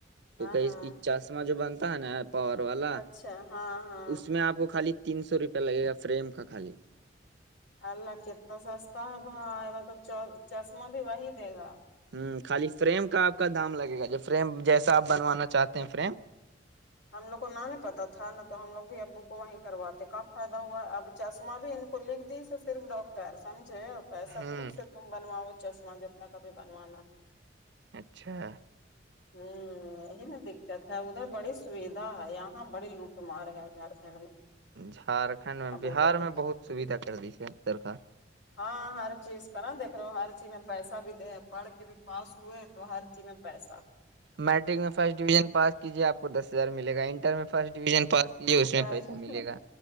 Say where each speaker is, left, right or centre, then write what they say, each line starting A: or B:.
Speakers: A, on the right; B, on the left.
A: کوے
B: ہاں
A: کی
B: ہاں
A: اس کی چسمہ جو بنتا ہے نا پاور والا
B: اچھا ہاں ہاں
A: اس میں آپ کو خالی تین سو روپیہ لگے گا فریم کا خالی
B: اللہ کتا سستا ہے بھائی مطلب چش چشمہ بھی وہی دے گا
A: ہم خالی فریم کا آپ کا دام لگے گا جب فریم جیسا آپ بنوانا چاہتے ہیں فریم
B: ہم لوگ کو نہ نہیں پتہ تھا نہا تو ہم لوگ بھی ابو کو وہیں کرواتے کب فائدہ ہوا اب چشمہ بھی ان کو لکھ دی سو صرف ڈاکٹر سمجھے پیسا
A: ہوں
B: کچھ سے تم بنواے چشمہ جتنا کبھی بنوانا
A: اچھا
B: ہوں یہی نا دقت ہے ادھر بڑی سویدا یہاں بڑی لو ٹ مار ہے جھار کنڈ میں
A: جھارکھنڈ
B: کیا
A: میں بہار
B: بولو گے
A: میں بہت سویدھا کر دی سے سرکا ر
B: ہاں ہر چیز کرا دیکھ لو ہر چیز میں پیسا بھی دے پڑھ کے بھی پاس ہوئے تو ہر چی میں پیسہ
A: میٹرک میں فرسٹ ڈویژن پاس کیجیے آپ کو دس ہزار ملے گا انٹر میں فرٹ ڈویژن پاس کیجیے اس
B: سا
A: میں پیسہ
B: ہی
A: ملے
B: ہے
A: گا